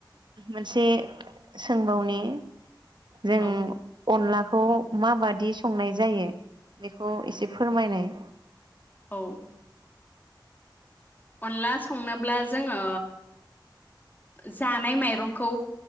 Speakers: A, on the right (about 65°); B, on the left (about 25°).
A: मोनसे सोंबावनि जों
B: औ
A: अनला खौ माबादि संनाय जायो बेखौ एसे फोरमायनाय
B: ओउ। अनदला संनोब्ला जोङो जानाय माइरंखौ